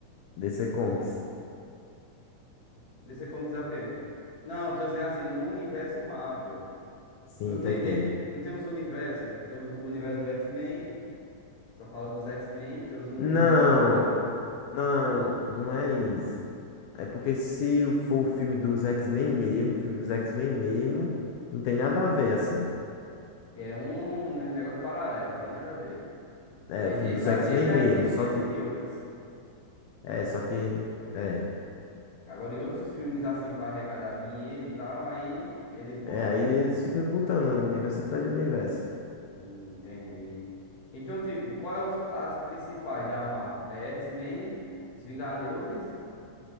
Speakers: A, on the left; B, on the left.
A: DC Comics.
B: DC Comics é o quê? Não, eu tô dizendo assim, no universo Marvel.
A: Sim,
B: Não tem,
A: o que é que
B: de...
A: tem?
B: não tem os universos. Tem os- o universo do X-Men, só fala dos X-Men, tem os... o
A: Não,
B: universo dos Vingadores.
A: não, não é isso. É porque se for o filme dos X-Men mesmo, o filme dos X-Men mesmo, não tem nada a ver, assim.
B: É um negócio paralelo, não tem nada a ver.
A: É,
B: Eles
A: o filme
B: nem
A: dos
B: sabem
A: X-Men
B: nem da
A: mesmo,
B: existência
A: só que.
B: de outros.
A: É, só que. É.
B: Agora, em outros filmes, assim, pra arrecadar dinheiro e tal, aí eles botam,
A: É, aí
B: né?
A: eles ficam botando um universo atrás de universo.
B: Hum, hum, Entendi. Então, tipo, quais os- as principais da Marvel? É X-Men, Os Vingadores,